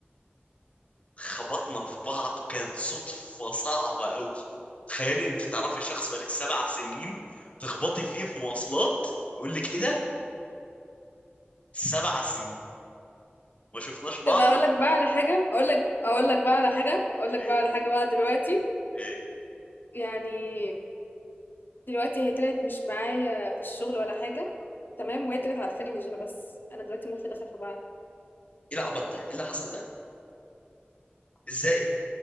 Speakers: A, on the left (about 35°); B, on the left (about 55°).
A: خبطنا في بعض وكانت صدفه صعبه قوي تخيلي انت تعرفي شخص بقالك سبع سنين تخبطي فيه في مواصلات يقول لك ايه ده سبع سنين ما شفناش بعضنا
B: طب اقول لك بقى على حاجه اقول لك اقول لك بقى على حاجه اقول لك
A: ايه
B: بقى على حاجه بقى دلوقتي
A: ايه
B: يعني دلوقتي هي طلعت مش معايا في الشغل ولا حاجه تمام وهي طلعت عارفاني مش بس انا دلوقتي مخي دخل في بعض
A: ايه العبط ده ايه اللي حصل ده ازاي